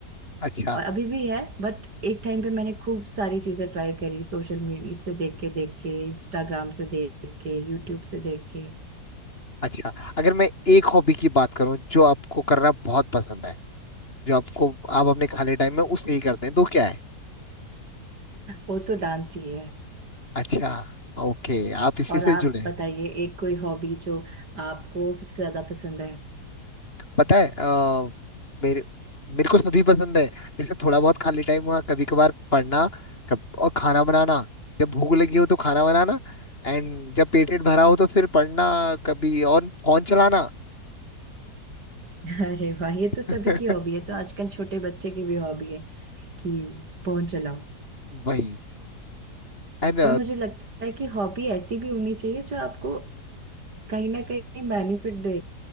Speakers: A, on the left (about 35°); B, on the right (about 85°).
A: अच्छा
B: और अभी भी है बट एक टाइम पे मैंने खूब सारी चीजें ट्राई करी सोशल मीडिया से देख के देख के इंस्टाग्राम से देख के यूट्यूब से देख के
A: अच्छा अगर मैं एक हॉबी की बात करूँ जो आपको करना बहुत पसंद है जो आपको आप अपने खाली टाइम में उसे ही करते हैं तो क्या है
B: वो तो डांस ही है
A: अच्छा ओके आप इसी
B: और
A: से
B: आप
A: जुड़े हैं
B: बताइए एक कोई हॉबी जो आपको सबसे ज्यादा पसंद है
A: पता है अ, मेरे मेरे को सभी पसंद है जैसे थोड़ा बहुत खाली टाइम हुआ कभी कभार पढ़ना कब, और खाना बनाना जब भूख लगी हो तो खाना बनाना एंड जब पेट वेट भरा हो तो फिर पढ़ना कभी और फोन चलाना
B: <laughs> अरे वाह ये
A: <laughs>
B: तो सभी की हॉबी है तो आजकल छोटे बच्चे की भी हॉबी है कि फोन चलाओ
A: वही एंड
B: पर मुझे लगता है कि हॉबी ऐसी भी होनी चाहिए जो आपको कहीं ना कहीं बेनिफिट दे